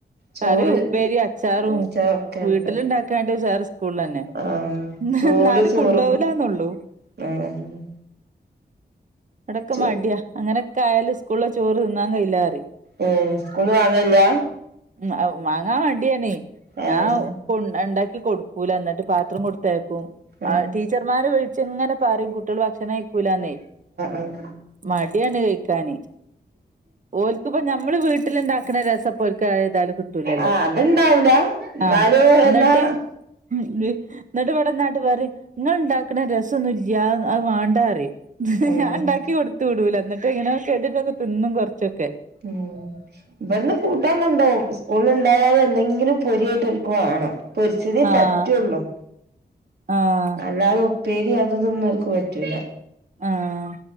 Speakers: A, on the right; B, on the right.
A: ചൂട്
B: കറി ഉപ്പേരി അച്ചാറും
A: മൂച്ചറൊക്കെ
B: വീട്ടിലുണ്ടാക്കാണ്ട്
A: ണ്ട്
B: വേറെ സ്കൂളിൽ തന്നെ
A: ആഹ് ചൂട്
B: എന്നാലും
A: ചോറുകും
B: കൊണ്ടോവൂലാന്നൊള്ളൂ
A: ആഹ്
B: ടക്ക
A: ചൂ
B: മടിയാ അങ്ങനെക്കെ ആയാലും സ്കൂളിലെ ചോറ് തിന്നാൻ കയ്യിലാന്നറിം
A: ഏ സ്കൂൾന്ന് വാങ്ങല് ല്ല്യ
B: ഉം വാങ്ങാൻ മടിയാണ്
A: ആഹ്
B: ഞാൻ ണ്ട് ണ്ടാക്കി കൊടുക്കൂല ന്നിട്ട് പാത്രം കൊടുത്തേയ ക്കും
A: ആഹ്
B: ടീച്ചർമാര് വിളിച്ച് ങ്ങനെ പറയും കുട്ട്യാള് ഭക്ഷണം കയ്ക്കൂലാന്നെ
A: ഉം ഉം
B: മട്യാണ് കഴിക്കാന് ഓൽക്ക്പ്പോ ഞമ്മള് വീട്ടിലുണ്ടാക്ക്ണ രസപ്പോൽക്ക് ന്തായാലു കിട്ടൂലല്ലോ
A: ആഹ് അത്ണ്ടാവൂല എന്നാലും
B: ആഹ്
A: എല്ലാ
B: ന്നിട്ട് ഉം ന്നിട്ട്ബടെന്ന്ആണ്ട് പറിം ങ്ങള് ണ്ടാക്കണ രസൊന്നുല്ല്യ അത് വാണ്ടാഅറിം
A: ആഹ്
B: ഞാ ണ്ടാക്കി കൊടുത്ത് വിടൂല ന്നിട്ട് ങ്ങനോം കെതിട്ടൊക്കെ ത് ന്നും കൊറച്ചൊക്കെ
A: ഉം ഇവട്ന്ന് കൂട്ടാൻ കൊണ്ടോവും സ്കൂളിൽ ണ്ടായാലും എന്തെങ്കിലും പൊരിയായിട്ട് ഓന്ക്ക് വാണം പൊരിച്ചതേ
B: ആഹ്
A: പറ്റുള്ളൂ
B: ആഹ്
A: അല്ലാതെ ഉപ്പേരി അതിതൊന്നും ഓൽ ക്ക് പറ്റൂല
B: ആഹ്